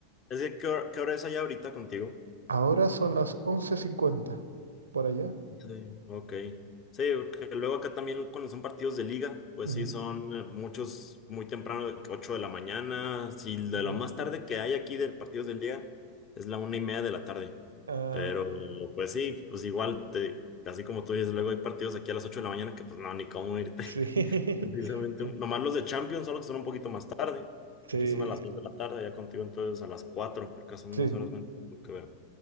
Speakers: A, on the left; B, on the right.
A: es que, ¿qué hora, qué hora es allá ahorita contigo?
B: Ahora son las once cincuenta por allá.
A: Sí, ok. Sí, porque luego acá también cuando son partidos de liga, pues
B: Ujú.
A: sí, son eh, muchos muy temprano, de que 8 de la mañana. Sí, de
B: Mm,
A: lo más tarde que hay aquí de partidos de liga es la una y media de la tarde.
B: Ah,
A: Pero
B: ya.
A: pues sí, pues igual, te- así como tú dices, luego hay partidos aquí a las 8 de la mañana que pues no, ni cómo irte.
B: Sí. <laughs>
A: <laughs> Precisamente,
B: Co-
A: nomás los de Champions son los que son un poquito más tarde, que
B: Sí,
A: aquí son a las 2 de la tarde, ya contigo entonces a las 4 porque son
B: Sí,
A: dos horas menos lo que veo.